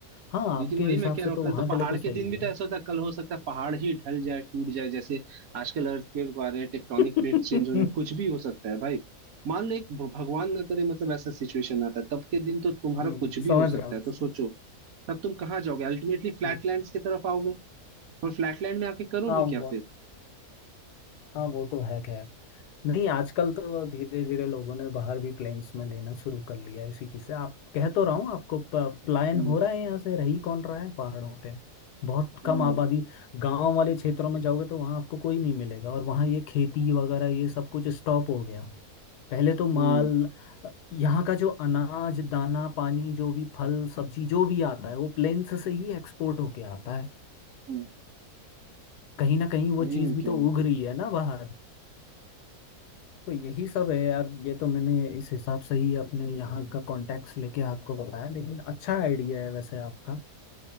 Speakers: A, on the left (about 85°); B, on the right (about 65°).
A: हाँ
B: लेकिन
A: आपके
B: वही
A: हिसाब
B: मैं कह
A: से
B: रहा हूँ
A: तो
B: कल
A: वहाँ
B: तो पहाड़
A: के लिए तो सही
B: के दिन भी
A: है
B: तो ऐसा होता है कल हो सकता है पहाड़ ही ढल जाए टूट जाए जैसे आजकल अर्थक्वेक आ रहे हैं टेक्टोनिक
A: <laughs>
B: प्लेट चेंज हो रहे हैं कुछ भी हो सकता है भाई मान लो एक भ- भगवान ना करे मतलब ऐसा सिचुएशन आता है तब के दिन तो तुम्हारा
A: हम्म,
B: कुछ भी
A: समझ
B: हो
A: रहा
B: सकता
A: हूँ
B: है तो सोचो तब तुम कहाँ जाओगे अल्टीमेटली फ्लैट
A: हाँ
B: लैंड्स की तरफ आओगे और फ्लैट लैंड में आके करोगे
A: हाँ वो
B: क्या फिर
A: हाँ वो तो है खैर नहीं आजकल तो धीरे धीरे लोगों ने बाहर भी प्लेन्स में लेना शुरू कर लिया है इसी चीज से आप कह तो रहा हूँ आपको प- पलायन
B: हम्म
A: हो रहा है यहाँ से रही कौन रहा है पहाड़ों पे बहुत
B: हम्म
A: कम आबादी गांव वाले क्षेत्रों में जाओगे तो वहाँ आपको कोई नहीं मिलेगा और वहाँ ये खेती वगैरह ये सब कुछ स्टॉप हो गया पहले तो माल
B: हम्म
A: यहाँ का जो अनाज दाना पानी जो भी फल सब्जी जो भी आता है वो प्लेन्स से ही एक्सपोर्ट होके आता है
B: हम्म,
A: कहीं ना कहीं वो
B: वही
A: चीज़
B: मैं कह
A: भी तो
B: रहा हूँ
A: उग रही है ना बाहर तो यही सब है यार ये तो मैंने इस हिसाब से ही अपने यहाँ का कॉन्टेक्ट लेके आपको बताया लेकिन अच्छा आइडिया है वैसे आपका